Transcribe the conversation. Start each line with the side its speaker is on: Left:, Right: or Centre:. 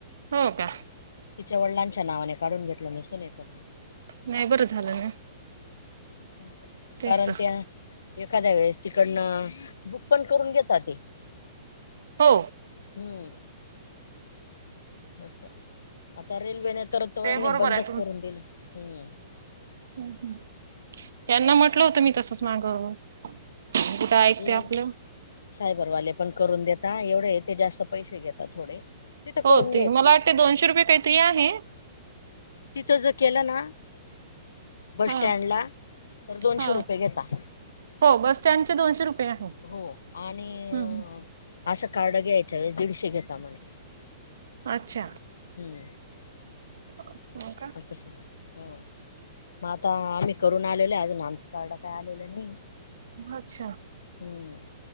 Right: हो का
Left: तिच्या वडिलांच्या नावाने काढून घेतलं मी सूनेचं पण,
Right: नाही बरं झालं ना.
Left: कारण
Right: तेच तर
Left: त्या एखाद्या वेळेस ती कडनं बुक पण करून घेता ते.
Right: हो
Left: हूं अस्सं आता रेल्वेने तर तो
Right: ते
Left: आने
Right: बरोबर
Left: बंदच
Right: आहे
Left: करून दिलं, हूं
Right: हं हूं.. यांना म्हटलं होतं मी तसच माग- कुठं ऐकते
Left: हे
Right: आपलं.
Left: सायबरवाले पण करून देता, एवढं हे ते जास्त पैसे घेतात थोडे. तिथं
Right: हो
Left: करून घ्याय
Right: ते मला वाटते दोनशे रुपये काहीतरी आहे,
Left: तिथं जर केलं ना, बस
Right: हा
Left: स्टँडला तर दोनशे
Right: हा
Left: रुपये घेता.
Right: हो बस स्टँडचे दोनशे रुपये आहे.
Left: हो आणि
Right: हम्म
Left: असं कार्ड घ्यायच्या वेळेस दीडशे घेता म्हणे.
Right: अच्छा
Left: हूं
Right: हो का
Left: तसं आहे हो मग आता आम्ही करून आलेलो आहे, अजून आमचं कार्ड काय आलेलं नाही.
Right: अच्छा
Left: हूं...